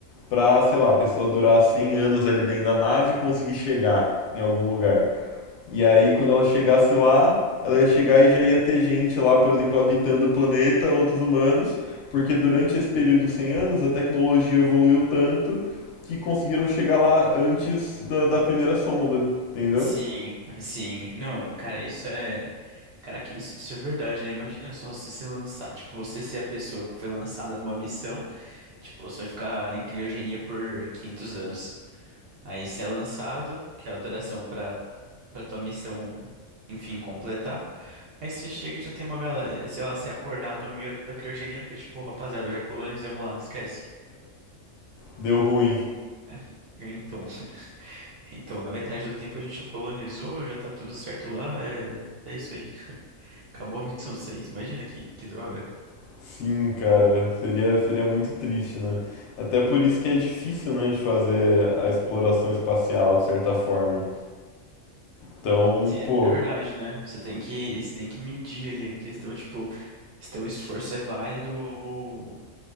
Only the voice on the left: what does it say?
pra, sei lá, a pessoa durar 100 anos ali dentro da nave e conseguir chegar em algum lugar. E aí, quando ela chegasse lá, ela ia chegar e já ia ter gente lá, por exemplo, habitando o planeta, outros humanos, porque durante esse período de 100 anos a tecnologia evoluiu tanto que conseguiram chegar lá antes da, da primeira sonda, entendeu?
Deu ruim.
Sim, cara, seria, seria muito triste, né? Até por isso que é difícil, né, de fazer a exploração espacial de certa forma. Então,
pô,